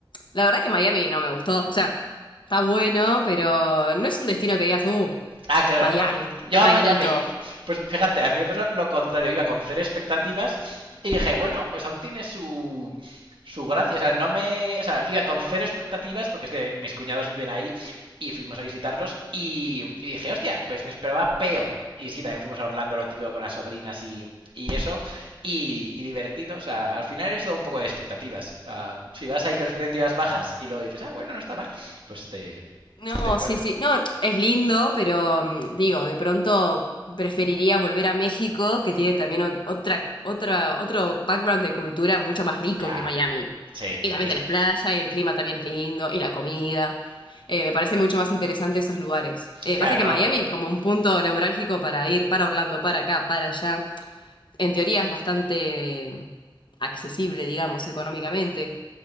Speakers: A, on the left; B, on the right.
A: La verdad que Miami no me gustó. O sea, está bueno, pero no es un destino que digas, uh,
B: Ah, claro.
A: Miami,
B: No,
A: repito.
B: yo a Miami. Pues fíjate, a mí me pasó lo contrario. Iba con cero expectativas y dije, bueno, pues aún tiene su, su gracia. O sea, no me. O sea, iba con cero expectativas porque es que mis cuñados viven ahí y fuimos a visitarlos. Y, y dije, hostia, pues me esperaba peor. Y sí, también fuimos a Orlando, lo típico con las sobrinas y, y eso. Y, y divertido. O sea, al final es todo un poco de expectativas. O sea, si vas ahí con expectativas bajas y luego dices, ah, bueno, no está mal, pues te.
A: No,
B: te pare-
A: sí, sí. No, es lindo, pero mm, digo, de pronto preferiría volver a México, que tiene también o- otra, otra, otro background de cultura mucho más rico
B: ya.
A: que Miami.
B: Sí,
A: Y también
B: hombre, es
A: tenés
B: que
A: playa, y el clima también es lindo, y la comida. Eh, me parece mucho más interesante esos lugares. Eh,
B: Claro,
A: pasa
B: no,
A: que Miami
B: no.
A: es como un punto neurálgico para ir para Orlando, para acá, para allá. En teoría es bastante eh, accesible, digamos, económicamente.